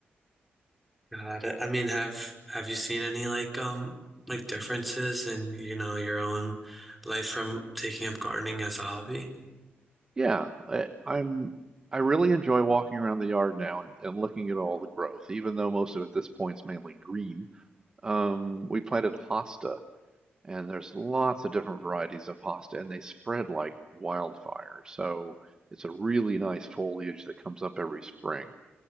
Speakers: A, in the centre; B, on the right.
A: Got it. I mean, have have you seen any like um like differences in, you know, your own life from taking up gardening as a hobby?
B: Yeah, I, I'm. I really enjoy walking around the yard now and, and looking at all the growth, even though most of it at this point is mainly green. Um, we planted hosta, and there's lots of different varieties of hosta, and they spread like wildfire. So it's a really nice foliage that comes up every spring.